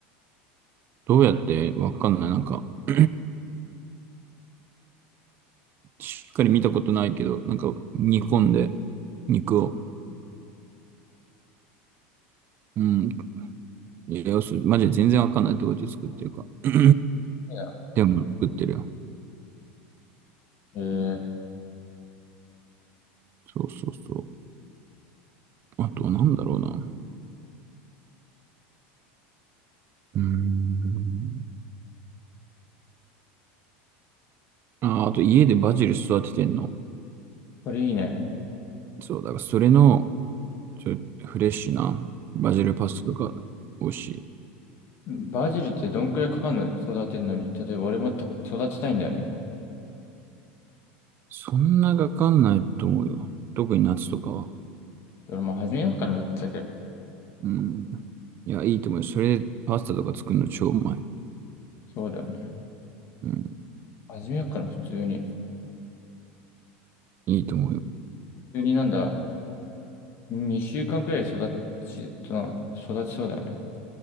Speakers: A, on the right; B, on the left.
A: どうやってわかんない。なんか <clears throat> しっかり見たことないけど、なんか煮込んで、肉を。うん。いや、そうマジで全然わかんないところで作ってるか。<clears throat>
B: や。
A: でも作ってるよ。
B: ええ
A: そうそうそう。あと、なんだろうな。うーん。あー、あと家でバジル育ててんの。
B: これいいね。
A: そう、だからそれの、ちょ、フレッシュなバジルパスタとか美味しい。
B: バジルってどんくらいかかるの育てんのに。例えば俺もた育てたいんだよね。
A: そんなかかんないと思うよ。特に夏とかは。
B: 俺も始めようかな、ぶっちゃけ。
A: うん。いや、いいと思うよ。それでパスタとか作るの超うまい。
B: そうだよね。
A: うん。
B: 始めようかな、普通に。
A: いいと思うよ。
B: 普通になんだ、2週間くらいで育ち、な育ちそうだよね。